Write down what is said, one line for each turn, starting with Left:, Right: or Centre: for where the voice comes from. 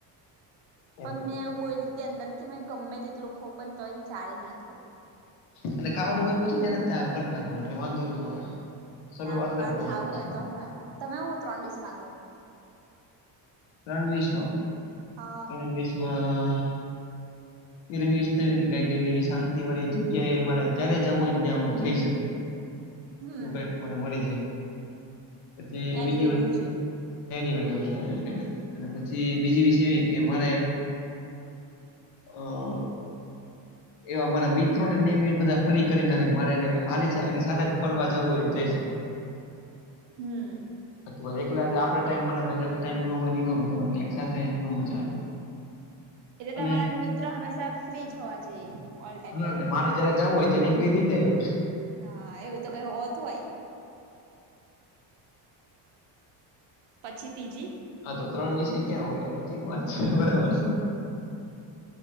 Left: એ
Right: પણ
Left: રીતે
Right: મેં એવું બોલી હતી, અંદર કે મેં ગમે તેટલું ખઉં પણ તોય જાળ ના થવુ.
Left: એટલે ખાવાનું કોઈ પૂછે જાય ખ નાખ ન એટલે વાંધો જ ન આવે શરૂઆત
Right: ના પણ
Left: જ
Right: મારે
Left: ન
Right: ખાવુ
Left: થતી
Right: હોય, તો હુ એમા તમે હુ ત્રણ વીસ માંગો
Left: ત્રણ વીસ માં
Right: હા
Left: ત્રણ વીસ મા એટલેવીથ કઈ એવી શાંતિ વાળી જગ્યા એ મારે જયારે જવું હોયને ત્યાં હુ જઈ શકુ
Right: હમ
Left: એવું કઈક મને મળી જાય પછી એ
Right: એની
Left: બીજી
Right: વે
Left: એ
Right: દોઢ જેવું
Left: એવું કઈક પછી બીજી બી એવી કે મારે આ એવા મારા મિત્રો નેનેવી બધા ફરી કરી નાખે મારેનેારીની સાથે ફરવા જવુ એ જઈ શકાય <inaudible>
Right: હમ્મ
Left: બાકી એકલા આપડ ટાઈમ મળે પલા ટાઈમો હોય એ નો મજા આવે એટલે એક સાથે નો મજા આવે
Right: એટલે
Left: અને
Right: તમારા મિત્ર હમેશા ફ્રી હોવા જોઈએ. ઓલ ટાઈમ
Left: હા
Right: એવું
Left: એટલે મારે જયારે જવું હોય ત્યારે એ ફ્રી થઈ જાય એમ
Right: નાા એવું તો કઈ હોતુ હોય. પછી ત્રીજી
Left: આા તો ત્રણ વિષય ક્યાં હોય આ તો ઠીક વાત છે બરાબર છે.